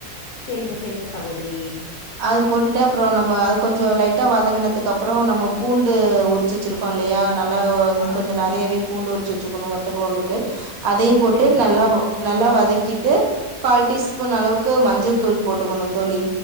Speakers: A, on the left; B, on the right.
A: சரிங்க சரிங்க சகோதரி
B: அது போட்டுட்டு அப்புறம் நம்ம அது கொஞ்சம் லைட்டா வதங்கினதுக்கு அப்புறம் நம்ம பூண்டு உரிச்சு வச்சிருக்கோ இல்லையா நல்லா
A: ஆ
B: கொஞ்ச நிறையாவே பூண்டு உரிச்சு வச்சுக்கணும் வத்த குழம்புக்கு அதையு போட்டு
A: சேரிங்க
B: நல்லா
A: சேரிங்க சார்
B: நல்லா வதக்கிட்டு கால் டீஸ்பூன் அளவுக்கு மஞ்சள் தூள் போட்டுக்கணு தோழி